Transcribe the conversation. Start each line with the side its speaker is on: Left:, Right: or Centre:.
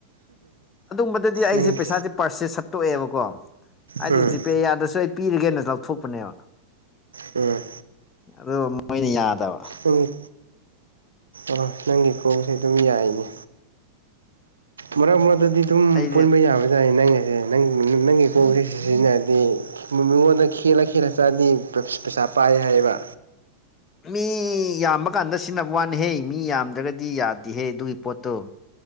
Left: ꯑꯗꯨꯝꯕꯗꯗꯤ ꯑꯩꯁꯦ
Right: ꯅꯪꯒꯤ
Left: ꯄꯩꯁꯥꯁꯦ ꯄꯥꯔꯁꯦꯁ ꯁꯠꯇꯣꯛꯑꯦꯕꯀꯣ ꯍꯥꯏꯗꯤ
Right: ꯎꯝ
Left: ꯖꯤ ꯆꯁꯨ ꯑꯩ ꯄꯤꯔꯒꯦꯅ ꯂꯧꯊꯣꯛꯄꯅꯦꯕ
Right: ꯎꯝ
Left: ꯑꯗꯨ ꯃꯣꯏꯅ ꯌꯥꯗꯕ
Right: ꯅꯪꯒꯤ ꯑꯣ ꯅꯪꯒꯤ ꯀ꯭ꯔꯣꯁꯦ ꯑꯗꯨꯝ ꯌꯥꯏꯅꯦ ꯃꯔꯛ ꯃꯔꯛ ꯑꯗꯨꯗꯤ ꯑꯗꯨꯝ
Left: ꯑꯩꯗꯤ
Right: ꯄꯨꯟꯕ ꯌꯥꯕ ꯌꯥꯏ ꯅꯪꯁꯦ ꯅꯪ ꯅꯪꯒꯤ ꯀꯣꯛꯁꯦ ꯁꯤꯖꯤꯟꯅꯔ ꯃꯤꯉꯣꯟꯗ ꯈꯦꯠꯂ ꯈꯦꯠꯂ ꯆꯥꯗꯤ ꯄꯩꯁꯥ ꯄꯥꯏ ꯍꯥꯏꯌꯦꯕ
Left: ꯃꯤ ꯃꯤ ꯌꯥꯝꯕ ꯀꯥꯟꯗ ꯁꯤꯖꯤꯟꯅꯕ ꯋꯥꯅꯤꯍꯦ ꯃꯤ ꯌꯥꯝꯗ꯭ꯔꯒꯗꯤ ꯌꯥꯗꯦꯍꯦ ꯑꯗꯨꯒꯤ ꯄꯣꯠꯇꯣ